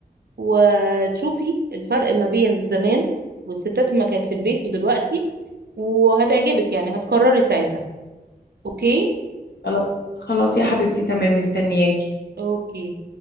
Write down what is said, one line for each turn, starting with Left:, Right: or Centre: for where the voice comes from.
Right: وتشوفي الفرق ما بين زمان والستات ما كانت في البيت ودلوقتي وهتعجبك يعني هتقرري ساعتها اوكي
Left: خلاص خلاص يا حبيبتي تمام مستنياكي
Right: اوكي